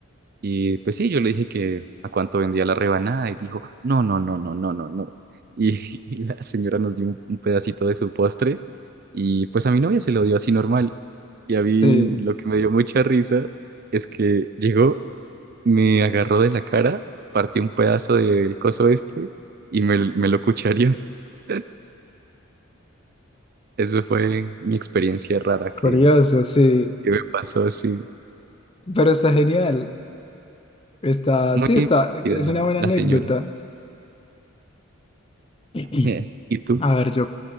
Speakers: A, on the right; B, on the left.
A: y pues sí, yo le dije que a cuánto vendía la rebanada y dijo, no, no, no, no, no, no, no. Y, <laughs> y la señora nos dio un, un pedacito de su postre y pues a mi novia se lo dio así normal. Y a mí
B: Sí,
A: lo que me dio mucha risa es que llegó, me agarró de la cara, partió un pedazo del coso este y me, me lo cuchareó. <laughs> Eso fue mi experiencia rara que,
B: curioso, sí.
A: que me pasó así,
B: Pero está genial. Está,
A: muy
B: sí,
A: divertida
B: está, es una
A: la,
B: buena
A: la
B: anécdota.
A: señora.
B: <clears throat>
A: <laughs> ¿Y tú?
B: A ver, yo,